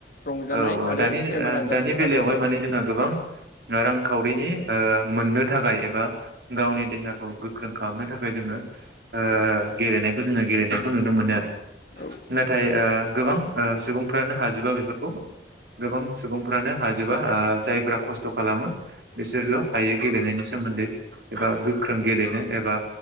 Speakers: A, on the left; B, on the right.
A: रंजानाय
B: औ औ
A: आरो
B: दानि
A: बेमार
B: ओ
A: आजारनिफ्राय
B: दानि
A: बारग'नो
B: बेलायावहाय
A: थाखाय
B: माने
A: औ
B: जोंहा गोबां रांखाव बिदि ओ मोननो थाखाय एबा गावनि देह देहाखौ गोख्रों खालामनो थाखाय जोङो ओ गेलेनायखौ जोङो गेलेनायखौ नुनो मोनो आरो।
A: जों
B: नाथाय ओ गोबां ओ सुबुंफ्रानो हाजोबा बेफोरखौ गोबां सुबुंफ्रानो हाजोबा ओ जायफ्रा खस्थ' खालामो बिसोरल' हायो गेलेनायनि सोमोन्दै एबा गोख जों गेलेनो एबा